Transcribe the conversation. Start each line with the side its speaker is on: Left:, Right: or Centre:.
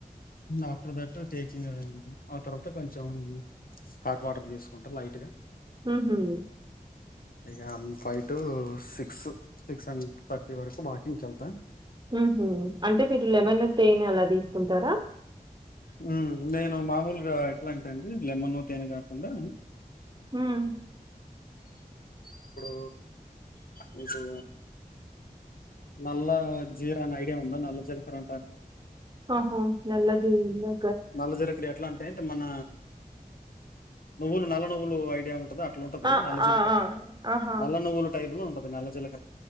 Left: ఆఫ్టర్ దట్ టేకింగ్ ఆ తర్వాత కొంచెం హాట్ వాటర్ తీసుకుంటా లైట్ గా
Right: మ్ హూ
Left: ఇక five to six six and thirty వరకు వాకింగ్కెళ్తా
Right: ఊహూ అంటే మీరు లెమన్ తేనె అలా తీసుకుంటారా
Left: మ్ నేను మామూలుగా ఎట్లంటే అండి లెమన్ తేనె కాకుండా
Right: మ్
Left: ఇప్పుడు మీకు నల్ల జీర అని ఐడియా ఉందా నల్ల జిలకరంటారు
Right: ఆహా నల్లది ఇగా
Left: నల్ల జీరకరీ ఎట్లా అంటేటే మన నువ్వులు నల్ల నువ్వులు ఐడియా ఉంటదా ట్లూంటది
Right: ఆ!
Left: నల్ల జీలకార్
Right: ఆ! ఆ! ఆహా!
Left: నల్ల నువ్వులు టైప్ లో ఉంటద్ నల్ల జీలక్